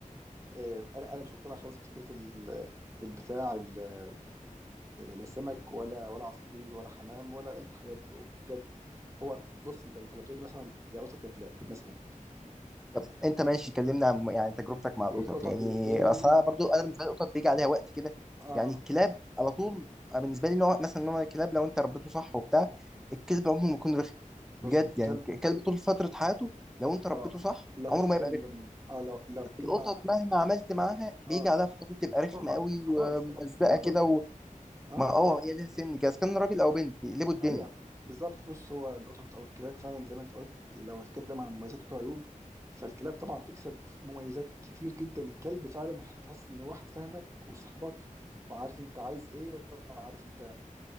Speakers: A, on the right (about 20°); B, in the centre.
A: آه، انا انا مش مقتنع خالص بفكره ال- البتاع ال- لا لا سمك ولا ولا عصافير ولا حمام ولا اي حاجه دي. بجد هو بص انت انت لو تقول لي مثلا يا قطط يا كلاب مثلا
B: طب أنت ماشي كلمنا عن يعني تجربتك مع القطط
A: القطط
B: يعني
A: بالنسبه لي
B: أصلا برضو أنا بالنسبة لي القطط بيجي عليها وقت كده
A: اه
B: يعني الكلاب على طول أنا بالنسبة لي نوع مثلا نوع الكلاب لو أنت ربيته صح وبتاع الكلب عمره ما يكون رخم
A: بص
B: بجد
A: الكلب
B: يعني الكلب طول فترة حياته لو أنت ربيته
A: اه
B: صح
A: لو
B: عمره
A: هتتكلم
B: ما يبقى رخم
A: اه لو لو هتتكلم
B: القطط
A: عن
B: مهما عملت معاها بيجي
A: اه
B: عليها فترات تبقى رخمة
A: طبعا
B: قوي
A: خلاص
B: وملزقة
A: طبعا بتكبر
B: كده وما
A: اه آه.
B: اه هي ليها سن كده إذا كان راجل أو بنت بيقلبوا الدنيا
A: ايوه بالظبط بص هو القطط او الكلاب فعلا زي ما انت قلت لو هتكلم عن مميزات وعيوب فالكلاب طبعا تكسب في مميزات كتير جدا الكلب فعلا هتحس ان هو واحد فاهمك وصاحبك وعارف انت عايز ايه وعارف انت